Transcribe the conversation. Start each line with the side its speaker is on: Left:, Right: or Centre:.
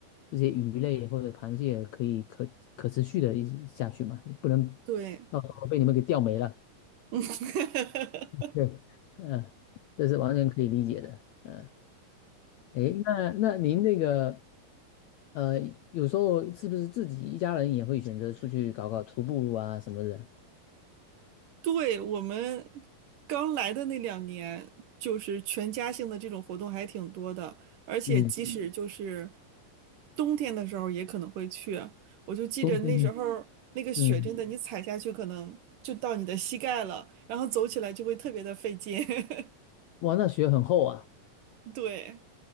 Left: 这些鱼类或者螃蟹可以可可持续的一下去嘛，不能
Right: 对，
Left: 到时候被你们给钓没了。
Right: 嗯，<laughs>
Left: 对，嗯，这是完全可以理解的。嗯，诶，那那您那个呃，有时候是不是自己一家人也会选择出去搞搞徒步啊什么的？
Right: 对，我们刚来的那两年，就是全家性的这种活动还挺多的，而且即使嗯就是
Left: 嗯。
Right: 冬天的时候也可能会去啊。我就记着那时候那个雪真的，
Left: 冬天呢？嗯，
Right: 你踩下去可能就到你的膝盖了，然后走起来就会特别的费劲。<laughs>
Left: 哇，那雪很厚啊，
Right: 对，